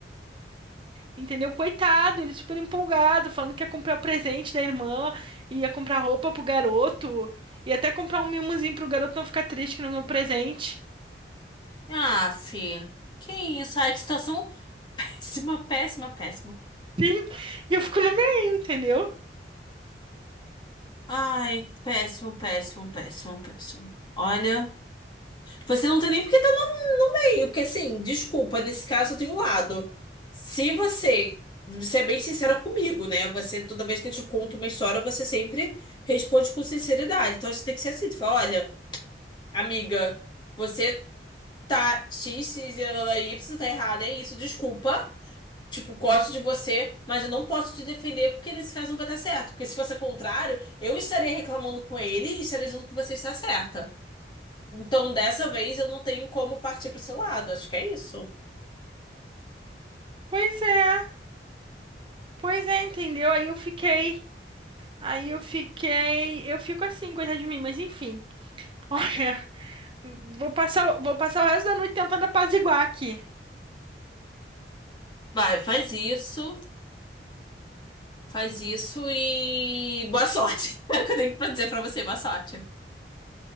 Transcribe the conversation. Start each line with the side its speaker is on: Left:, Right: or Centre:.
Right: Entendeu? Coitado, ele super empolgado, falando que ia comprar o presente da irmã, ia comprar roupa pro garoto, ia até comprar um mimozinho pro garoto não ficar triste que não ganhou presente.
Left: Ah, fi. Que isso? Ai, que situação péssima, péssima, péssima.
Right: Sim, e eu fico no meio, entendeu?
Left: Ai, péssimo, péssimo, péssimo, péssimo. Olha, você não tem nem porque tá noiinho, porque assim, desculpa, nesse caso eu tenho um lado. Se você, você é bem sincera comigo, né? Você, toda vez que eu te conto uma história, você sempre responde com sinceridade. Então você tem que ser assim, tu fala, olha, amiga, você tá X, X, Y, Y, tá errada, é isso, desculpa. Tipo, gosto de você, mas eu não posso te defender porque nesse caso não vai dar certo. Porque se fosse o contrário, eu estaria reclamando com ele e estaria dizendo que você está certa. Então, dessa vez, eu não tenho como partir pro seu lado. Acho que é isso.
Right: Pois é, pois é, entendeu? Aí eu fiquei, aí eu fiquei, eu fico assim, coitado de mim, mas enfim. <laughs> Olha, vou passar, vou passar o resto da noite tentando apaziguar aqui.
Left: Vai, faz isso, faz isso e boa sorte. <laughs> É o que eu tenho pra dizer pra você, boa sorte.